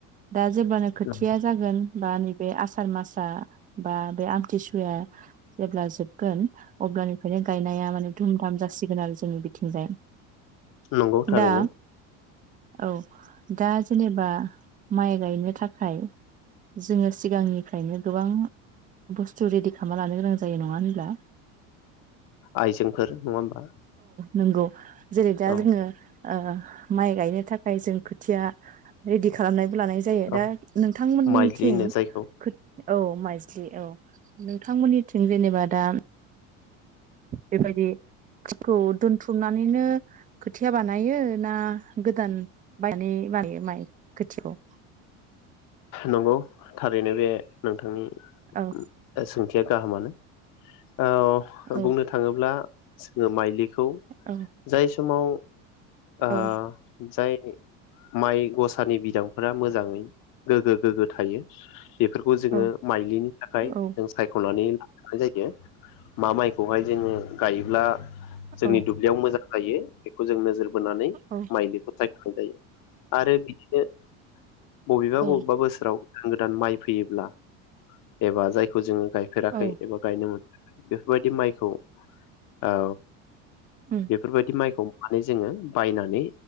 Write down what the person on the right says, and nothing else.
दा जेब्लानो खोथिया
जागोन बा नैबे आसार मासआ बा बे आमथिसुवाया जेब्ला जोबगोन अब्लानिफ्रायनो गायनाया माने धुम धाम ज सिगोन आरो जोंनि बिथिंजाय
दा औ दा ज जेनेबा माइ गायनो थाखाय ज जोङो सिगांनिफ्रायनो गोबां बुस्थु रेडि खालामना लानो गोनां जायो नङा होनब्ला?
नोंगौ। जेरै दा
जोङो ओ माइ गायनो थाखाय जों खोथिया रेडि खालामनाय लानाय जायो
दा नोंथांमोननिथिं
खोथ औ माइज्लि औ नों थांमोननिथिं जेनेबा दाम बेबायदिखौ दोनथुमनानैनो खोथिया बानायो ना गोदान बायनानै बानायो माइ खोथिखौ
औ
औ
औ
औ
औ
औ
औ
औ
औ
औ
उम